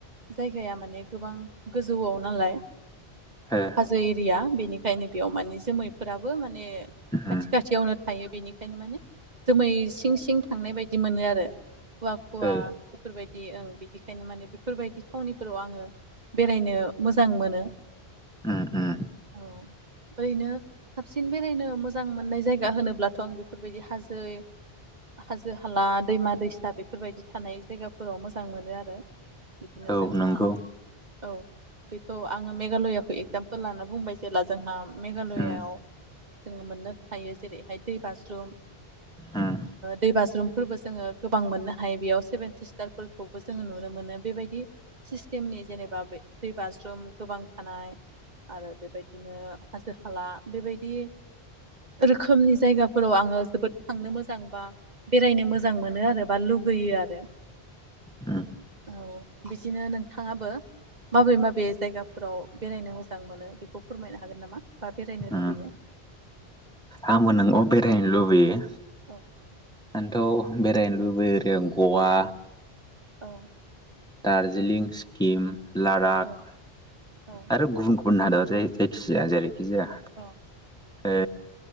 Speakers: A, on the right; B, in the centre.
A: जायगाया माने गोबां गोजौआव नालाय
B: हो <unintelligible>
A: हाजो एरिया बेनिखायनो बेयाव माने जोमैफोराबो माने
B: उम
A: खाथि खाथियावनो थायो बेनिखायनो माने जोमै सिं सिं थांनाय बायदि मोनो आरो खुवा
B: ओ
A: खुवा बेफोरबायदि ओं बिदिखायनो माने बेफोरबायदि थावनिफोराव आङो बेरायनो मोजां मोनो
B: औ ओ
A: औ ओरैनो साबसिन बेरायनो मोजां मोननाय जायगा होनोब्लाथ' आं बेफोरबायदि हाजो हाजो हाला दैमा दैसा बे फोरबायदि थानाय जायगाफोराव मोजां मोनो आरो बिदिनो
B: औ
A: जोंहा
B: नंगौ
A: औ बेखौ आङो मेघालयाखौ एगजामपोल ला बुंबाय जेला जोंहा मेघालयाआव
B: उम
A: जोङो मोननो हायो जेरैहाय दै बाज्रुम
B: उम
A: दै बाज्रुमफोरबो जोङो गोबां मोननो हायो हायो बेयाव सेभेन सिस्टारफोरखौबो जोङो नुनो मोनो बेबायदि सिस्टेमनि जेनेबा दै बाज्रुम गोबां थानाय आरो बेबायदिनो हाजो हाला बेबायदि रोखोमनि जायगाफोराव आङो जोबोद थांनो मोजां बा बेरायनो मोजां मोनो आरो बा लुगैयो आरो
B: उम
A: औ बिदिनो नोंथाङाबो माबे माबे जायगाफोराव बेरायनो मोजां मोनो बेखौ फोरमायनो हागोन नामा बा बेरायनो
B: उम
A: लुबैयो
B: आंबो नंगौ बेरायनो लुबैयो
A: औ
B: आंथ' बेरायनो लुबैयो ओरै गवा
A: औ
B: दारजिलिं सिक्किम लदाख
A: औ औ
B: आरो गुबुन गुबुन हादराव जाय जायखिजाया जेरैखि जाया
A: अ
B: ओ